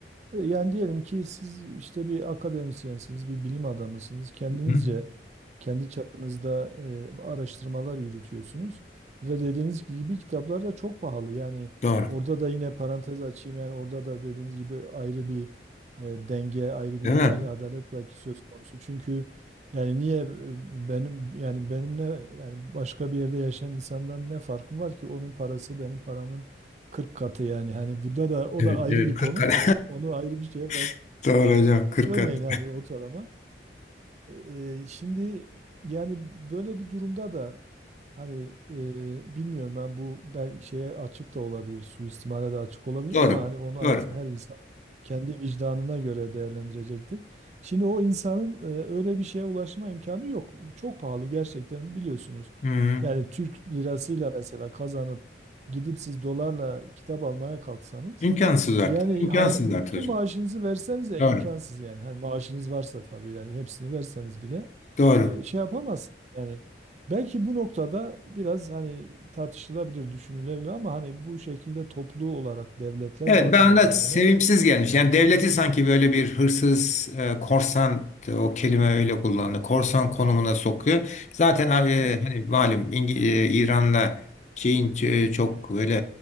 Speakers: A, on the right; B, on the left.
A: e, yani diyelim ki siz işte bir akademisyensiniz, bir bilim adamısınız. Kendinizce
B: hı hı.
A: kendi çapınızda e, araştırmalar yürütüyorsunuz ve dediğiniz gibi kitaplar da çok pahalı. Yani
B: Doğru.
A: orada da yine parantez açayım yani orada da dediğiniz gibi ayrı bir e, denge, ayrı bir
B: Değil
A: ilahi
B: mi?
A: adalet belki söz konusu. Çünkü yani niye e, benim yani benimle yani başka bir yerde yaşayan insandan ne farkım var ki onun parası benim paramın 40 katı yani hani burada da o
B: Evet,
A: da ayrı
B: evet.
A: bir
B: kırk
A: konu.
B: kat.
A: Onu ayrı bir şeye bırak.
B: <laughs> Doğru hocam. kırk
A: Örneğin
B: kat.
A: hani ortalama. Eee, şimdi yani böyle bir durumda da hani eee, bilmiyorum ben bu belki şeye açık da olabilir, suistimale de açık olabilir
B: <laughs> Doğru.
A: ama hani onu
B: Doğru.
A: artık her insan kendi vicdanına göre değerlendirecektir. Şimdi o insanın eee, öyle bir şeye ulaşma imkanı yok. Çok pahalı gerçekten biliyorsunuz.
B: Hı hı.
A: Yani Türk lirasıyla mesela kazanıp gidip siz dolarla kitap almaya kalksanız
B: İmkansız artık.
A: yani
B: İmkansız
A: haya- bütün
B: artık hocam.
A: maaşınızı verseniz ya
B: Doğru.
A: imkansız yani. Hani maaşınız varsa tabii yani hepsini verseniz bile
B: Doğru.
A: e, şey yapamazsınız. Yani belki bu noktada biraz hani tartışılabilir, düşünülebilir ama hani bu şekilde toplu olarak devletler
B: Evet,
A: bazında
B: ben de
A: hele
B: sevimsiz
A: hele
B: gelmiş. Yani devleti sanki böyle bir hırsız, e, korsan e, o kelime öyle kullanıldı. Korsan konumuna sokuyor. Zaten abi, e,
A: yani,
B: hani malum İngi- e, İran'la şeyin ç- e, çok böyle